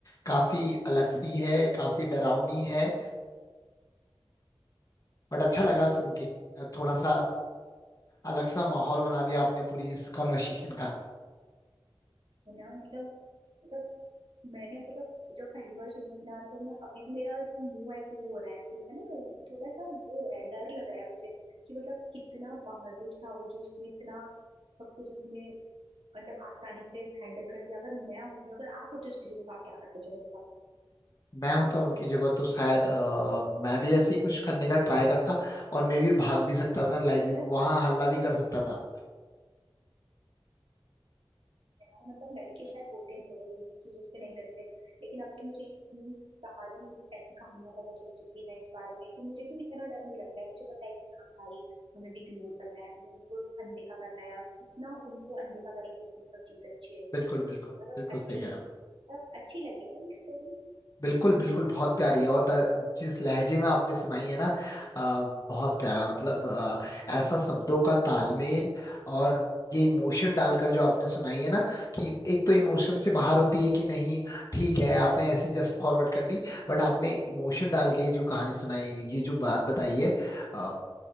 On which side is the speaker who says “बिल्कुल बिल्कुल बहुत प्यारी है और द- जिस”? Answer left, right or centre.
Left